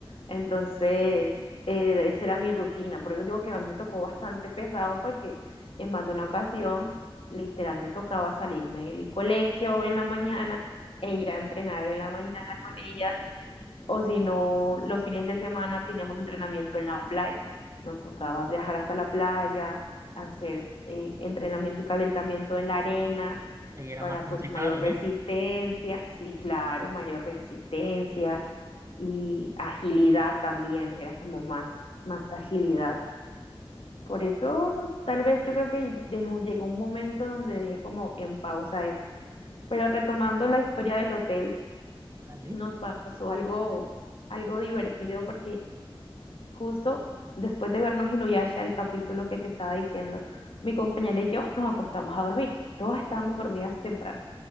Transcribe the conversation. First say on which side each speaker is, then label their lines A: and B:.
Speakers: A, on the left (about 70°); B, on the right (about 30°).
A: Entonces, eh, esa era mi rutina. Por eso digo que a mí me tocó bastante pesado porque en más de una ocasión, literal, me tocaba salirme del colegio en la mañana e ir a entrenar en la mañana con ellas. O si no, los fines de semana teníamos entrenamiento en la playa. Nos tocaba viajar hasta la playa, hacer eh, entrenamiento y calentamiento en la arena
B: Ahí era
A: para
B: más complicado,
A: pues mayor resistencia,
B: ¿no?
A: sí, claro, mayor resistencia y agilidad también, era como más, más agilidad. Por eso tal vez yo creo que dejó- llegó un momento donde dejé como en pausa eso. Pero retomando la historia del hotel,
B: Vale.
A: nos pasó algo, algo divertido porque justo después de vernos Inuyasha, el capítulo que te estaba diciendo, mi compañera y yo nos acostamos a dormir. Todas estábamos dormidas temprano,